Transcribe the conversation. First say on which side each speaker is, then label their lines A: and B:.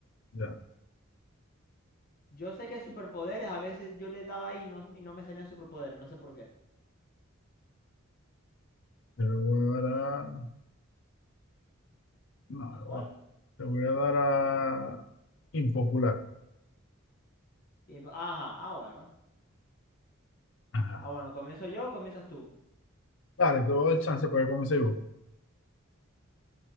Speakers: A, on the left; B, on the left.
A: Ya.
B: Yo sé que superpoderes, a veces yo le daba ahí y no, y no me salían superpoderes, no sé por qué.
A: Te voy a dar a. No,
B: ¿A cuál?
A: le voy a- te voy a dar a impopular.
B: Y- ajá, ah, bueno.
A: Ajá.
B: Ah, bueno, comienzo yo o comienzas tú.
A: Dale, te doy el chance para que comience vos.